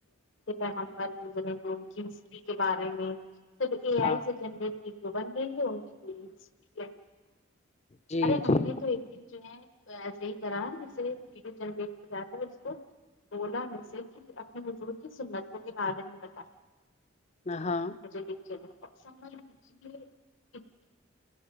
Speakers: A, on the left; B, on the left.
A: پیغمبر گزرے ان کی ہسٹری کے بارے میں سب اے
B: ہاں
A: آئی سے جنریٹ کی بن رہی ہے ان کی پوری ہسٹری ہے
B: جی
A: ارے ہم
B: جی ہوں
A: نے تو ایک جو ہے ایسے ہی کرا جس سے ویڈیو جنریٹ کرا تھا اس کو بولا مجھ سے کی اپنے حضور کی سنتوں کے بارے میں بتایے
B: نہا
A: <unintelligible>